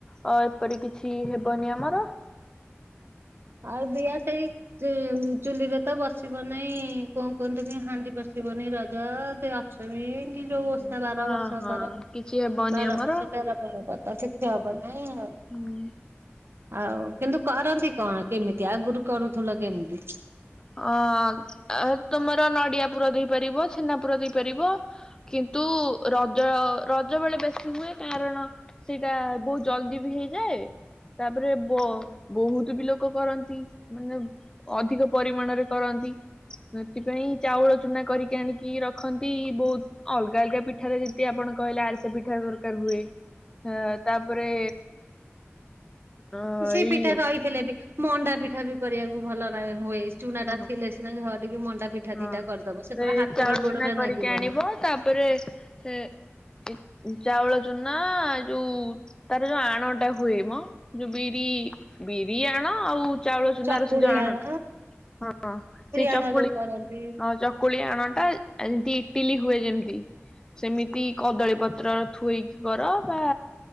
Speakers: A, on the left; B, on the right.
A: ତ ଏପରି କିଛି ହେବନି ଆମର।
B: ଆଉ ଦିଅ ସେଇ। ଚି ଚୁଲିରେ ତ ବସିବ ନେଇ କଁ କୁହନ୍ତିନି ହାଣ୍ଡି ବସିବନି ରଜ। କି ଅଷ୍ଟମି କି। ଯୋଉ ଓଷା
A: ହଁ
B: ବାର ବର୍ଷ
A: ହଁ
B: କର
A: କିଛି ହେବନି
B: ବାର
A: ଆମର।
B: ବର୍ଷ ତେର ପର୍ବ ତ କିଛି ହବ ନି।
A: ହୁଁ।
B: ଆଉ କିନ୍ତୁ କରନ୍ତି କଁ କିମିତି ଆଗରୁ କରୁଥିଲ କେମିତି।
A: ହଁ ଏତ୍ ତମର ନଡିଆ ପୁର ଦେଇପାରିବ ଛେନା ପୁର ଦେଇପାରିବ। କିନ୍ତୁ ରଜ ରଜ ବେଳେ ବେଶୀ ହୁଏ କାରଣ। ସେଇଟା ବହୁତ ଜଲଦି ବି ହେଇଯାଏ। ତାପରେ ବ ବହୁତ ବି ଲୋକ କରନ୍ତି ମାନେ ଅଧିକ। ପରିମାଣ ରେ କରନ୍ତି ସେଥିପାଇଁ ଚାଉଳ ଚୁନା କରିକି ଆଣିକି ରଖନ୍ତି ବହୁତ। ଅଲଗା ଅଲଗା ପିଠାରେ ଯେତି ଆପଣ କହିଲେ ଆରିସା ପିଠା ରେ ଦରକାର ହୁଏ। ହେ ତାପରେ। ଅ
B: ସେ
A: ଏଇ
B: ପିଠା ରହିଥିଲେ ବି ମଣ୍ଡା ପିଠା ବି କରିବାକୁ ଭଲ ନା ହୁଏ ଚୁନା
A: ହଁ
B: ଟା ଥିଲେ ସି ନା ଝଅଟି କି ମଣ୍ଡା ପିଠା।
A: ହଁ
B: ଦିଟା କରିଦବ
A: ସେଇ
B: ସେଥର ହାତରେ
A: ଚାଉଳ
B: ଗୋଡରେ
A: ଚୁନା କରିକି
B: ନାଗିବନି।
A: ଆଣିବ ତାପରେ ସେ। ଏ ଚାଉଳ ଚୁନା ଯୋଉ। ତାର ଯୋଉ ଆଣଟା ହୁଏ ମ ଯୋଉ ବିରି ବିରି ଆଣ ଆଉ। ଚାଉଳ ଚୁନାର
B: ଚକୁଳି
A: ସେ ଯୋଉ ଆଣଟା
B: ଆଣ
A: ହଁ ସେଇ
B: ଆଣ
A: ଚକୁଳି।
B: ଯୋଉ କରନ୍ତି।
A: ହଁ ଚକୁଳି ଆଣ ଟା ଏମତି ଇଟିଲି ହୁଏ ଯେମିତି ସେମିତି କଦଳୀ ପତ୍ର। ଥୋଇକି କର ବା।